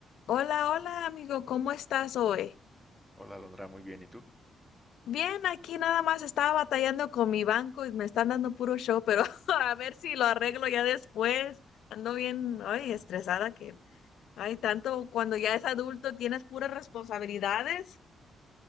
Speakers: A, on the left (about 80°); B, in the centre.
A: Hola, hola amigo, ¿cómo estás hoy?
B: Hola, Alondra, muy bien. ¿Y tú?
A: Bien, aquí nada más estaba batallando con mi banco y me están dando puro show, pero <laughs> a ver si lo arreglo ya después. Ando bien, ay, estresada que, ay, tanto cuando ya es adulto tienes puras responsabilidades.